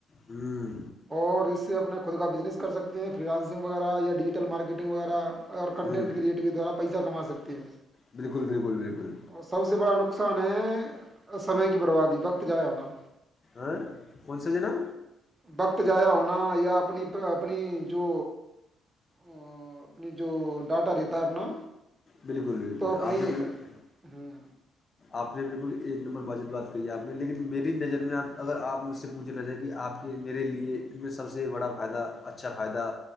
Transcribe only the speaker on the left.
ہوں
ہوں
بالکل بالکل بالکل
آ کون سا جناا
بالکل بالکل
آپ نے
آپ نے بالکل ایک نمبر باجت بات کی ہے آپ نے لیکن میری نظر میں آپ اگر آپ مجھ سے پوچھا نہ جائے کہ آپ کہ میرے لیے ان میں سب سے بڑا فائدہ اچھا فائدہ